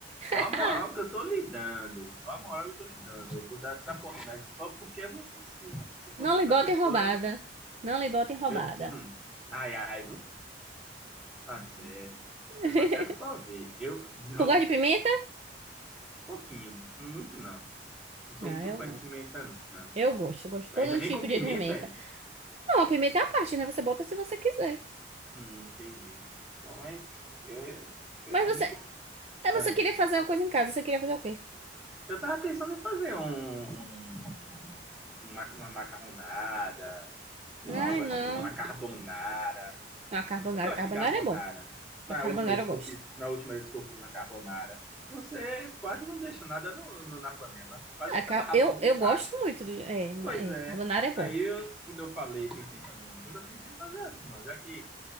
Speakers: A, in the centre; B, on the right.
A: Ó
B: <laughs>
A: a moral
B: Ah,
A: que eu tô lhe dando. Ó a moral que eu tô lhe dando. Eu vou dar essa oportunidade só porque é você. Se fosse
B: não lhe
A: outra
B: botem
A: pessoa,
B: roubada.
A: né?
B: Não lhe botem roubada.
A: Eu... Hum. Ai, ai, não tá certo.
B: <laughs>
A: Eu só quero só ver. Eu, não,
B: Tu gosta de pimenta?
A: pouquinho, muito não. Não sou
B: Ah,
A: muito
B: eu,
A: fã de pimenta, não.
B: eu gosto. Eu gosto de
A: Ainda
B: todo
A: vem
B: tipo
A: com pimenta,
B: de pimenta.
A: é?
B: Não, a pimenta é a parte, né? Você bota se você quiser.
A: Hum, entendi. Pô, mas eu, eu
B: Mas
A: sou
B: você,
A: muito.
B: é, você
A: Ah,
B: queria fazer uma coisa em casa. Você queria fazer o quê?
A: Eu tava pensando em fazer um, um- uma, uma macarronada, um,
B: Ai,
A: algo
B: não.
A: assim, uma carbonara.
B: A carbonara.
A: Você gosta
B: Carbonara
A: de carbonara?
B: é bom.
A: Na
B: A carbonara
A: última vez
B: eu
A: que
B: gosto.
A: eu fiz, na última vez que eu fiz uma carbonara, você quase não deixa nada no, no- na panela. Quase
B: Ah, ca-
A: tava rapando
B: eu, eu
A: um tacho.
B: gosto muito de. É, ma-
A: Pois
B: é,
A: é.
B: carbonara é bom.
A: Aí eu, quando eu falei, pensei em fazer um, quando eu pensei em fazer assim, não, já que